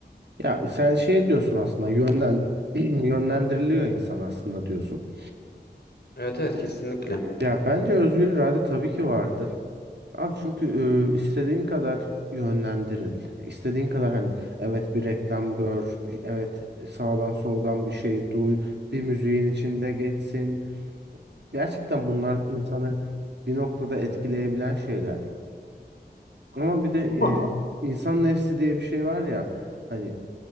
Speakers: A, on the right (about 70°); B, on the left (about 70°).
A: Ya sen şey diyorsun aslında yönden <clears throat> yönlendiriliyor insan aslında diyorsun.
B: Evet evet kesinlikle.
A: Ya bence özgür irade tabii ki vardır. Abi çünkü e, istediğin kadar yönlendiril. İstediğin kadar hani evet bir reklam gör, evet sağdan soldan bir şey duy, bir müziğin içinde geçsin. Gerçekten bunlar insanı bir noktada etkileyebilen şeyler. Ama bir de
B: Ama
A: e, insan nefsi diye bir şey var ya hani